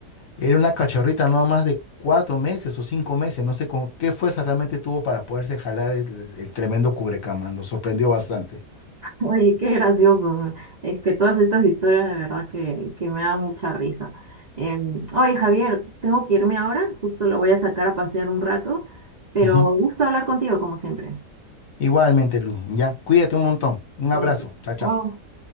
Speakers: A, on the left; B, on the right.
A: Era una cachorrita no más de cuatro meses o cinco meses, no sé con qué fuerza realmente tuvo para poderse jalar el, el tremendo cubrecama, nos sorprendió bastante.
B: Oye, qué gracioso. Es que todas estas historias de verdad que, que me dan mucha risa. Em, oye, Javier, tengo que irme ahora, justo lo voy a sacar a pasear un rato, pero
A: Ujú.
B: gusto hablar contigo como siempre.
A: Igualmente, Lu, ya, cuídate un montón. Un
B: Eh,
A: abrazo, chao, chao.
B: Chao.